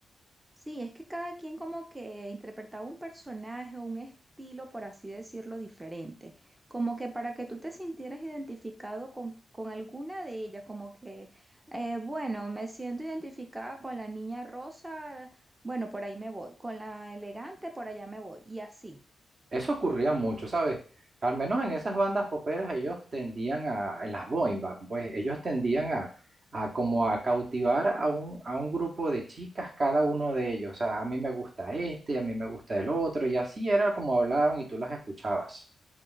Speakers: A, on the right; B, on the right.
A: Sí, es que cada quien como que interpretaba un personaje o un estilo, por así decirlo, diferente. Como que para que tú te sintieras identificado con, con alguna de ellas, como que, eh, bueno, me siento identificada con la niña rosa, bueno, por ahí me voy, con la elegante, por allá me voy, y así.
B: Eso ocurría mucho, ¿sabes? Al menos en esas bandas poperas ellos tendían a, en las boy band, pues ellos tendían a, a como a cautivar a un, a un grupo de chicas cada uno de ellos. O sea, a mí me gusta este, a mí me gusta el otro, y así era como hablaban y tú las escuchabas.